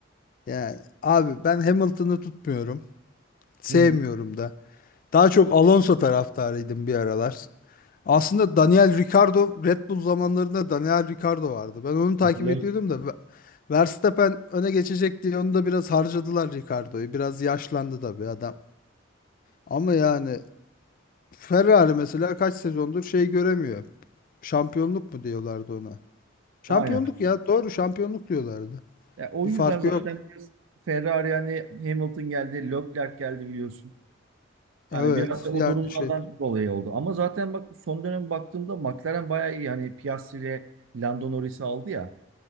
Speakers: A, on the left; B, on the right.
A: Yani abi ben Hamilton'ı tutmuyorum. Sevmiyorum
B: Hı hı.
A: da. Daha çok Alonso taraftarıydım bir aralar. Aslında Daniel Ricciardo Red Bull zamanlarında Daniel Ricciardo vardı. Ben onu takip
B: Hatırlıyorum.
A: ediyordum da Ve- Verstappen öne geçecek diye onu da biraz harcadılar Ricciardo'yu. Biraz yaşlandı da bir adam. Ama yani Ferrari mesela kaç sezondur şey göremiyor. Şampiyonluk mu diyorlardı ona. Şampiyonluk
B: Aynen.
A: ya doğru şampiyonluk diyorlardı.
B: Ya, o
A: Bir
B: yüzden
A: farkı
B: zaten
A: yok.
B: biraz Ferrari hani Hamilton geldi, Leclerc geldi biliyorsun. Hani
A: Evet
B: biraz da o
A: yani
B: durumlardan
A: şey
B: dolayı oldu. Ama zaten bak son dönem baktığımda McLaren bayağı iyi. Hani Piastri ile Lando Norris'i aldı ya.